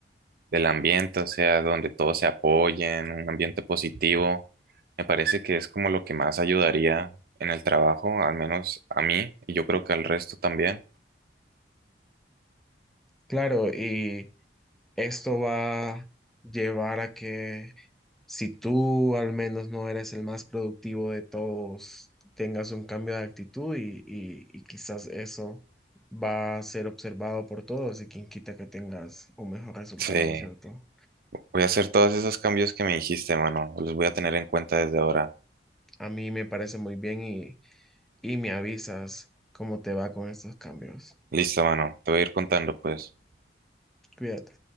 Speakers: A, on the right; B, in the centre.
A: del ambiente, o sea, donde todos se apoyen, un ambiente positivo. Me parece que es como lo que más ayudaría en el trabajo, al menos a mí, y yo creo que al resto también.
B: Claro, y esto va a llevar a que si tú al menos no eres el más productivo de todos, tengas un cambio de actitud y, y y quizás eso va a ser observado por todos y quien quita que tengas un mejor resultado,
A: Sí,
B: ¿cierto?
A: voy a hacer todos esos cambios que me dijiste, mano. Los voy a tener en cuenta desde ahora.
B: A mí me parece muy bien y, y me avisas cómo te va con estos cambios.
A: Listo, mano. Te voy a ir contando, pues.
B: Cuídate.